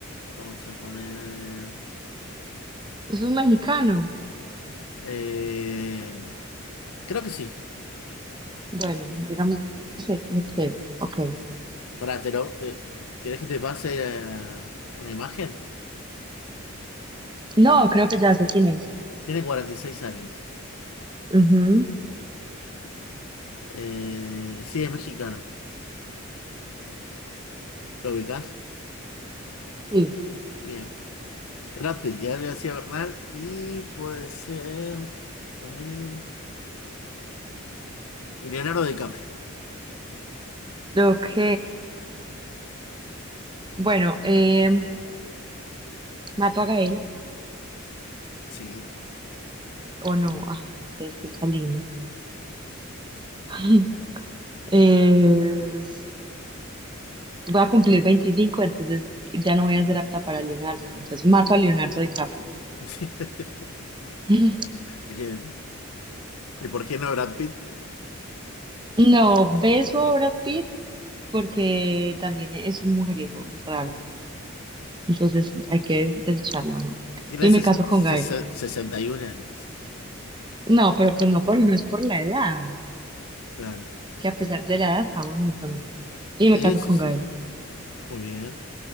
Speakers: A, on the left; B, on the right.
A: vamos a poner.
B: eso es mexicano.
A: eh, creo que sí.
B: Bueno, digamos X, Excel. Ok.
A: Pará, te lo- te- ¿querés que te pase eh, una imagen?
B: No, creo que ya sé quién es.
A: Tiene 46 años.
B: Ujú,
A: Eh, sí, es mexicano. ¿Lo ubicás?
B: Sí.
A: Bien. Brad Pitt, ya le hacía Bernal. Y puede ser. A ver. Y Leonardo DiCaprio.
B: Ok. Bueno, eh, ¿mato a Gael
A: Sí.
B: o no? Ay, no sé, es que está lindo. <laughs> Es- Voy a cumplir 25, entonces ya no voy a ser apta para Leonardo. Entonces mato a Leonardo DiCaprio.
A: <laughs> Sí.
B: <laughs>
A: Bien. ¿Y por qué no Brad Pitt?
B: Mm. No, beso a Brad Pitt porque también es un mujeriego raro. Entonces hay que desecharlo, ¿no?
A: Tiene
B: Y
A: sesen-
B: me caso con
A: sesen-
B: Gael.
A: 61 años.
B: No, pero pues no, por, no es por la edad,
A: Claro.
B: que a pesar de la edad está bonito, ¿no? Y
A: Y
B: me caso
A: sí,
B: con
A: sí,
B: Gael.
A: sí. Muy bien.